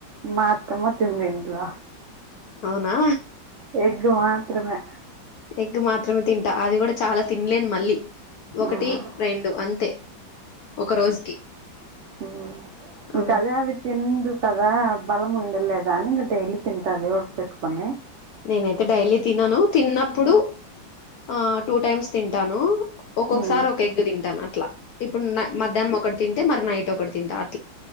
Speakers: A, on the right (about 80°); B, on the left (about 70°).
A: మా అత్తమ్మ తిందు ఇంట్లో
B: అవునా
A: ఎగ్ మాత్రమే
B: ఎగ్ మాత్రమే తింటా అది కూడా చాలా తినలేను మళ్ళీ ఒకటి
A: ఉమ్,
B: రెండు అంతే ఒక రోజుకి
A: మ్మ్
B: ఆ
A: ఇంకా అదే అవి తిందు కదా బలం ఉండలేదా కానీ డైలీ తింటా దేవుడికి పెట్టుకొని
B: నేనైతే డైలీ తినను తిన్నప్పుడు ఆ టూ టైమ్స్ తింటాను ఒక్కొక్కసారి
A: ఉమ్
B: ఒక ఎగ్ తింటాను అట్లా ఇప్పుడు మధ్యాహ్నం ఒకటి తింటే మరి నైట్ ఒకటి తింటా ఆ